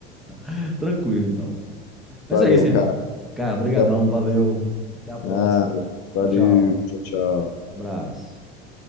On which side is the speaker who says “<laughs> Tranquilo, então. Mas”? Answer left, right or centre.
Centre